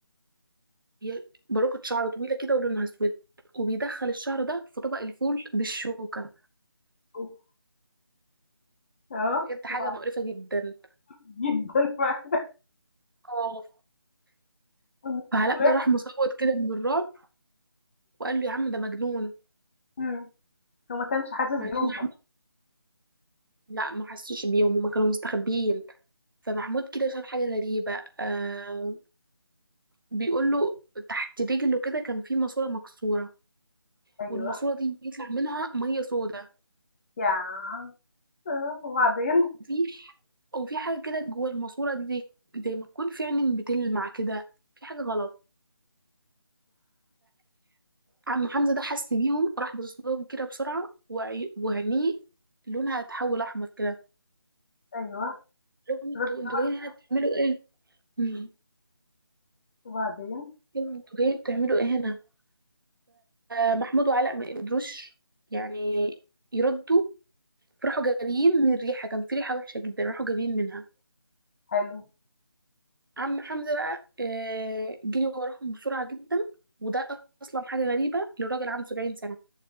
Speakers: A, on the right; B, on the left.
A: ي- باروكه شعر طويله كده ولونها اسود وبيدخل الشعر ده في طبق الفول بالشوكه
B: أوف! آه،
A: بجد حاجه
B: وبعدين
A: مقرفه جدا
B: <laughs> جدًا فعلًا
A: اه
B: والناس
A: فعلاء
B: بتراقب.
A: ده راح مصوت كده من الرعب وقال له يا عم ده مجنون
B: إمم، هو ما كانش حاسس
A: بعدين
B: بيهم
A: محمود
B: طبعًا.
A: لا ما حسوش بيهم هما كانوا مستخبيين فمحمود كده شاف حاجه غريبه آه بيقول له تحت رجله كده كان في ماسورة مكسورة
B: أيوه،
A: والماسورة دي بيطلع منها مية سودا
B: يا عم آه، وبعدين؟
A: في وفي حاجة كده جوه الماسورة دي زي زي ما تكون في عين بتلمع كده في حاجة غلط فعم حمزة ده حس بيهم راح باصص لهم كده بسرعة وعي- وعينيه لونها اتحول أحمر كده
B: أيوه،
A: قال لهم انتوا
B: الراجل
A: انتوا
B: ده ملبوس.
A: جايين هنا بتعملوا ايه؟ مم.
B: وبعدين؟
A: انتوا جايين بتعملوا ايه هنا؟ فمحمود وعلاء ما قدروش يعني يردوا فراحوا جاريين من الريحة كان في ريحة وحشة جدا راحوا جاريين منها
B: حلو،
A: عم حمزة بقى آه، جري وراهم بسرعة جدا وده أصلا حاجة غريبة لراجل عنده 70 سنة